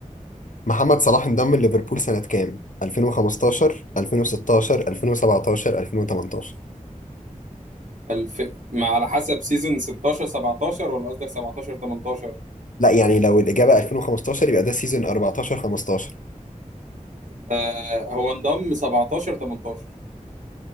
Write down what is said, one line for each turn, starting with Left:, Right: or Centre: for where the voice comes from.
Left: محمد صلاح انضم لليفربول سنة كام 2015 2016 2017 2018
Right: الف... ما على حسب سيزون 16 17 ولا قصدك 17 18
Left: لا يعني لو الإجابة 2015 يبقى ده سيزون 14 15
Right: آه هو انضم 17 18